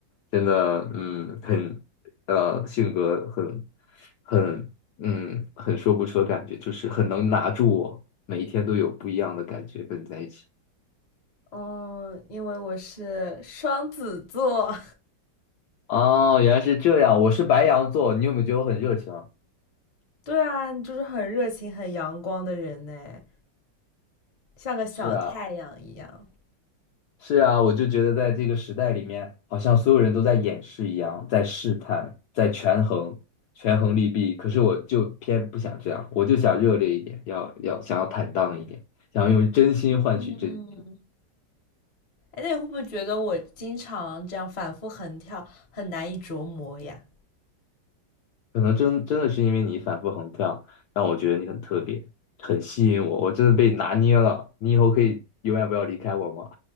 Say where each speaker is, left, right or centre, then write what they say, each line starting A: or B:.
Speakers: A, on the left; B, on the left.
A: 真的，嗯，很，呃，性格很，很，嗯，很说不出的感觉，就是很能拿住我，每一天都有不一样的感觉，跟你在一起。
B: 嗯，因为我是双子座，
A: 哦，原来是这样。我是白羊座，你有没有觉得我很热情啊？
B: <laughs> 对啊，你就是很热情、很阳光的人呢，像个小太阳一样。
A: 是啊，是啊，我就觉得在这个时代里面，好像所有人都在掩饰一样，在试探，在权衡，权衡利弊。可是我就偏不想这样，我就想热烈一点，要要想要坦荡一点，想要用真心换取真心。
B: 嗯，哎，那你会不会觉得我经常这样反复横跳，很难以琢磨呀？
A: 可能真真的是因为你反复横跳，让我觉得你很特别，很吸引我，我真的被拿捏了。你以后可以永远不要离开我吗？